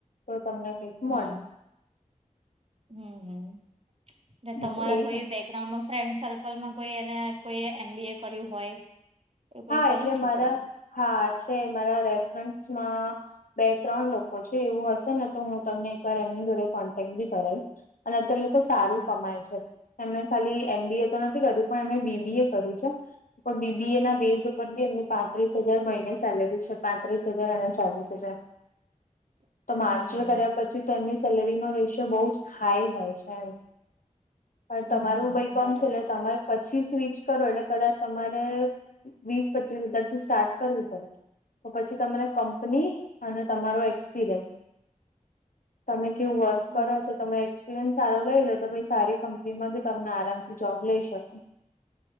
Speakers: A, on the left; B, on the right.
A: તો તમને કઈક
B: હમ
A: મળે.
B: હમ, હમ,
A: એટલે
B: ને તમારા
A: એ
B: કોઈ બેક ગ્રાઉન્ડમાં ફ્રેન્ડ સર્કલમાં કોઈ એને કોઈ એમ. બી. એ કર્યું હોય. એ કોઈ
A: હા,
B: કર્યું
A: એટલે
B: છે
A: મારા
B: કોઈએ
A: હા છે, મારા રેફરન્સમાં બે ત્રણ લોકો છે, એવું હશે ને, તો હું તમને એકવાર એમની જોડે કોન્ટેક બી કરાઈશ. અને અત્યારે લોકો સારું
B: હમ
A: કમાય છે, એમને ખાલી એમ. બી. એ તો નથી કર્યું. પણ એમને બી. બી. એ કર્યું છે, પણ બી. બી. એ ના. બેઝ ઉપર બી એમને પાંત્રીસ હજાર મહિને સેલેરી છે, પાંત્રીસ હજાર અને ચાલીસ હજાર.
B: <unintelligible>
A: તો માસ્ટર
B: હમ
A: કર્યા, પછી તો એની સેલેરીમાં રેશિયો બહુ જ હાઈ હોય છે. પણ
B: હમ
A: તમારું
B: હમ હમ
A: ભય કમ
B: બરાબર
A: છે, એટલે તમાર પછી સ્વિચ કરો, એટલે કદાચ તમારે વીસ પચીસ હજાર થી, સ્ટાર્ટ કરવુ પડે તો પછી તને કંપની અને તમારો એક્સપિરિયન્સ તમે કેવું વર્ક કરો
B: બ
A: છો, તમે એક્સપિરિયન્સ સારો લઈ લે, તો પછી સારી કંપનીમાં ભી તમને આરામથી જોબ લઈ શકે.